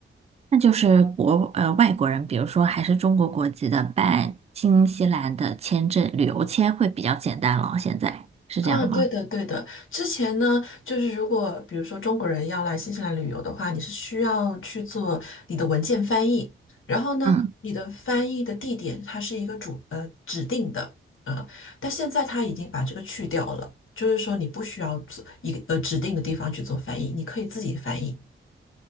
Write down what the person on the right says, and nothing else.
那就是国呃外国人，比如说还是中国国籍的，办新西兰的签证旅游签会比较简单了。现在是这样吗？
嗯，